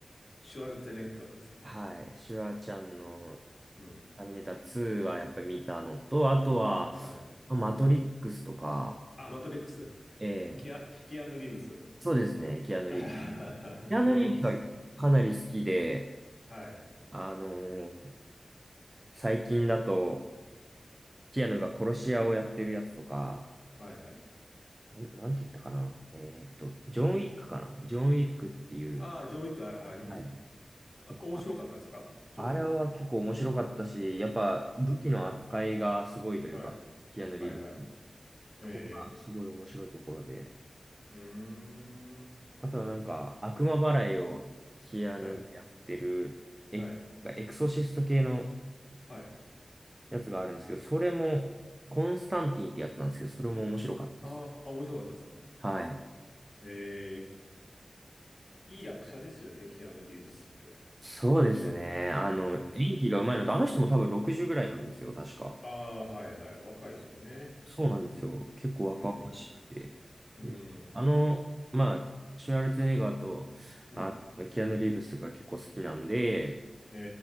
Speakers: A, on the left (about 45°); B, on the right (about 25°).
A: シュワルツェネッガーですか。
B: はい、シュワちゃんの
A: うん。
B: ターミネーター2はやっぱり見たのと、あとは、
A: はい。
B: まあマトリックスとか、
A: あ、マトリックス。
B: ええ
A: キア、キアヌ・リーブス。
B: そうですね、キアヌ・
A: <laughs> あれをいいっす。
B: リーブス。キアヌ・リーブスはかなり好きで、
A: はい。
B: あのー最近だと、キアヌが殺し屋をやってるやつとか、
A: はいはい。
B: なん、なんて言ったかな。えーっと、ジョン・ウィックかな。ジョン・ウィックっていう、
A: ああ、ジョンウィックあ、ありますね。
B: はい。
A: あ、
B: とか、
A: 面白かったですかジョンウィックって。
B: あれは結構面白かったし、やっぱ武器の扱いがすごいというか、
A: うん。はい。
B: キアヌ・
A: はいはい。
B: リーブス。そこがすごい面白いところで、
A: ええ、ええ。うーん。
B: あとはなんか、悪魔払いをキアヌがやってる、
A: はい。
B: エ、
A: はい。
B: エクソシスト系の
A: はい。
B: やつがあるんですけど、それも、コンスタンティンってやつなんですけど、それも面白かったです。
A: ああ、面白かったですか
B: はい。
A: ええ、いい役者ですよね、キアヌ・リーブスって。
B: そうですね。あの、
A: うん。
B: 演技が上手いのと、あの人も多分60ぐらいなんですよ、確か。
A: ああ、はいはい。若いですよね。
B: そうなんですよ。結構若々しくて。
A: うん。うん。
B: あの、まあ、シュワルツェネッガーと
A: うん。
B: キアヌ・リーブスが結構好きなんで、
A: え